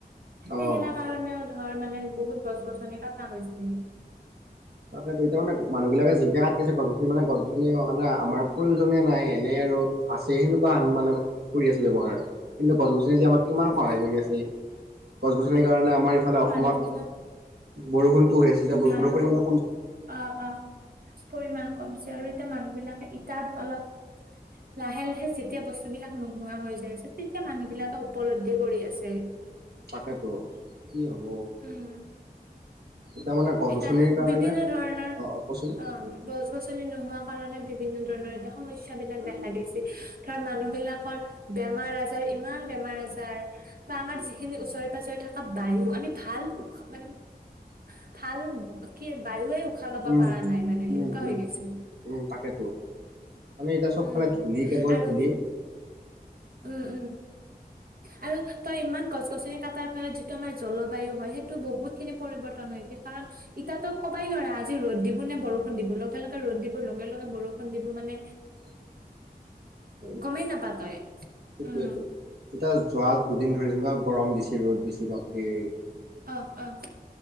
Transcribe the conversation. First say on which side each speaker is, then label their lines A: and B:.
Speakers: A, on the right (about 65°); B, on the right (about 85°).
A: সেইগিলা
B: অ
A: কাৰণেও ধৰ মানে বহুত গছ- গছনি কটা হৈছে।
B: তাকে ত এতিয়া মানে মানুহবিলাকে জিংকে কাটিছে গছ- গছনি মানে গছ- গছনি মানে আমাৰ প্ৰয়োজনে নাই এনে আৰু আছে সেনেকুৱা আন মানে কৰি আছো ব্যৱহাৰ কিন্তু গছ- গছনি যে আমাক কিমান
A: উম,
B: সহায় কৰি আছে, গছ -গছনিৰ কাৰণে আমাৰ
A: আৰু
B: ইফালে
A: এতিয়া
B: অসমত
A: মানুহবিলাক
B: বৰষুণতো হৈ আছিল এ বৰষুণৰ
A: মানুহবিলাক
B: পৰিমানো
A: অ অ, পৰিমান কমিছে আৰু এতিয়া মানুহবিলাকে ইটাপ অলপ লাহে লাহে যেতিয়া বস্তুবিলাক নোহোৱা হৈ যায় আছে, তেতিয়া মানুহবিলাকে উপলব্ধি কৰি আছে।
B: তাকেতো কি হব
A: উম
B: এতিয়া মানে গছ গছনিৰ
A: এতিয়া
B: কাৰণে
A: বিভিন্ন ধৰণৰ
B: অ কচোন
A: অ গছ গছনি নোহোৱা কাৰণে বি বিভিন্ন ধৰণৰ এ সমস্যা বিলাক দেখা দিছে ধৰ মানুহ বিলাকৰ বেমাৰ আজাৰ ইমান বে বমাৰ আজাৰ বা আমাৰ যিখিনি ওচৰে পাজৰে থকা বায়ু আমি ভাল উখ মানে
B: উ
A: ভাল কি বায়ুুৱে উশাহ লব
B: উম
A: পৰা নাই মানে সেনেকুৱা
B: উম উম
A: হৈ গৈছে।
B: উম তাকেতো মানে এতিয়া চবফালে
A: উম
B: ধূলি কেৱল
A: আৰু
B: ধূলি
A: উম উম। আৰু তই ইমান গছ -গছনি কাটাৰ ফলত যিটো আমাৰ জলবায়ু হয় সেইটো বহুতখিনি পৰিৱৰ্তন লৈকে কাৰণ ইতাতো কবাই নোৱাৰে আজি ৰ'দ দিব নে বৰষুণ দিব লগে লগে ৰ'দ দিব লগে লগে বৰষুণ দিব মানে
B: <inaudible>
A: গমেই নাপা তই?
B: সেইটোৱেটো,
A: উম
B: এতিয়া যোৱা দুদিন ধৰি যেনিবা গৰম দিছ ৰ'দ দিছ বাপৰে!
A: আহ আহ,